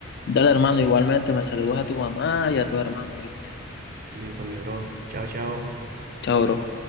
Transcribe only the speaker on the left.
Dale, hermano, igualmente me saludas a tu mamá y a tus hermanos, ¿viste?
Chao, bro.